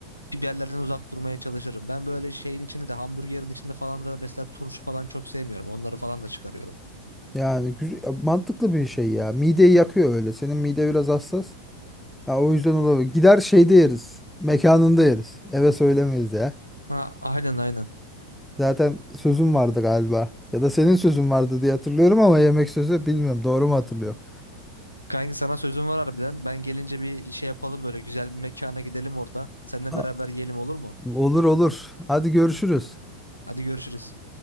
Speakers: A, on the left; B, in the centre.
A: biberlerden uzak durmaya çalışırım. Ben böyle şeyin içinde de hamburgerin içinde falan da mesela turşu falan çok sevmiyorum. Onları falan da çıkarıyorum.
B: Yani güz- mantıklı bir şey ya. Mideyi yakıyor öyle. Senin mide biraz hassas. Ya o yüzden olabilir. Gider şeyde yeriz. Mekanında yeriz. Eve söylemeyiz ya.
A: Ha, aynen aynen.
B: Zaten sözüm vardı galiba. Ya da senin sözün vardı diye hatırlıyorum ama yemek sözü bilmiyorum. Doğru mu hatırlıyorum?
A: Kanki sana sözüm var harbiden. Ben gelince bir şey yapalım böyle güzel bir mekana gidelim orada. Seninle
B: A-
A: beraber yiyelim olur mu?
B: Olur olur. Hadi görüşürüz.
A: Hadi görüşürüz.